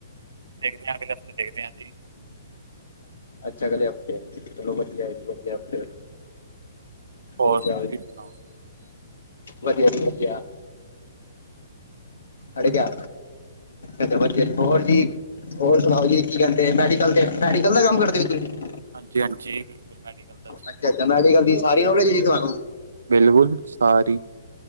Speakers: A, on the right (about 80°); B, on the left (about 80°).
A: ਦੇੇਖਦੇ ਅਗਲੇ ਹਫ਼ਤੇ ਦੇਖਦੇ ਹਾਂ ਜੀ
B: ਅੱਛਾ ਅਗਲੇ ਹਫ਼ਤੇ ਚਲੋ ਮਧ ਆਏਗੀ ਅਗਲੇ ਹਫ਼ਤੇ
A: ਹੋਰ
B: ਓਕੇ
A: ਤੁਸੀਂ ਸੁਣਾਓ?
B: ਵਧੀਆ ਜੀ ਵਧੀਆ ਖੜੇ ਗਿਆ ਫਬਦ ਜੇਲ ਹੋਰ ਜੀ ਹੋਰ ਸੁਣਾਓ ਜੀ ਕੀ ਕਹਿੰਦੇ ਮੈਡੀਕਲ ਤੇ ਮੈਡੀਕਲ ਦਾ ਕੰਮ ਕਰਦੇ ਵੀ ਤੁਸੀਂ
A: ਹਾਂਜੀ ਹਾਂਜੀ ਬਿਲਕੁਲ ਮੈਡੀਕਲ ਦਾ ਜੀ।
B: ਅੱਛਾ ਅੱਛਾ ਮੈਡੀਕਲ ਦੀ ਸਾਰੀ ਨੌਲੇਜ ਹੈ ਜੀ ਤੁਹਾਨੂੰ
A: ਬਿਲਕੁਲ ਸਾਰੀ